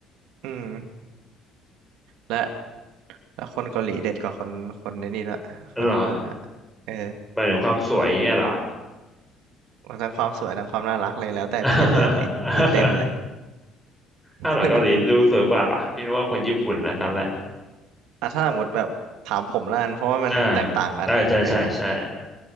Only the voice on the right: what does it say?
อืมและและคนเกาหลีเด็ดกว่าคนคนในนี่ละคนญี่ปุ่นละ
เออ
มันทั้งความสวยทั้งความน่ารักเลยแล้วแต่พี่จะเลือกเลยมีเต็มเลย
<laughs>
อ่ะถ้าสมมติแบบถามผมละกันเพราะว่ามันแตกต่างกันเออ